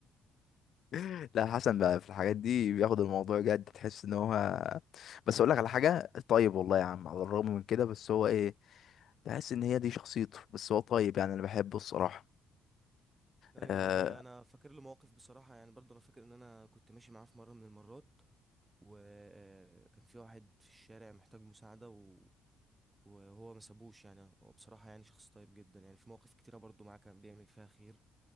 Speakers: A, on the left; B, on the right.
A: <laughs> لا حسن بقى في الحاجات دي بياخد الموضوع جد تحس ان هو بس اقول لك على حاجه طيب والله يا عم على الرغم من كده بس هو ايه تحس ان هي دي شخصيته بس هو طيب يعني انا بحبه الصراحه
B: ايوه
A: آه،
B: دي حقيقة انا فاكر له مواقف بصراحة يعني برضو انا فاكر ان انا كنت ماشي معاه في مرة من المرات وكان في واحد في الشارع محتاج مساعدة و... وهو ما سابوش يعني هو بصراحة يعني شخص طيب جدا يعني في مواقف كتيرة برضو معاه كان بيعمل فيها خير